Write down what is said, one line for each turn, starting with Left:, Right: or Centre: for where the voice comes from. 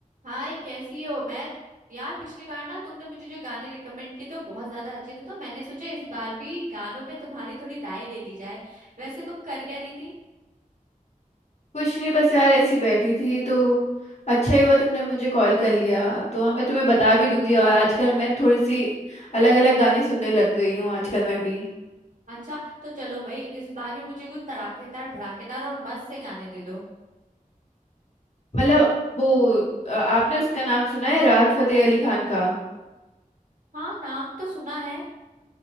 Right: हाय कैसी हो मैं यार पिछली बार ना तुमने मुझे जो गाने रिकमेंड किए थे वो बहुत ज्यादा अच्छे थे तो मैंने सोचा इस बार भी गानों पे तुम्हारी थोड़ी राय ले ली जाए वैसे तुम कर क्या रही थी
Left: कुछ नहीं बस यार ऐसी बैठी थी तो अच्छा ही हुआ तुमने मुझे कॉल कर लिया तो हाँ मैं तुम्हें बता भी दूंगी और आजकल मैं थोड़ी सी अलग अलग गाने सुनने लग गई हूँ आजकल मैं भी
Right: अच्छा तो चलो भाई इस बार भी मुझे कुछ तड़ाकेदार भड़ाकेदार और मस्त से गाने दे दो
Left: मतलब वो अ, आपने उसका नाम सुना है राहत फतेह अली खान का
Right: हाँ नाम तो सुना है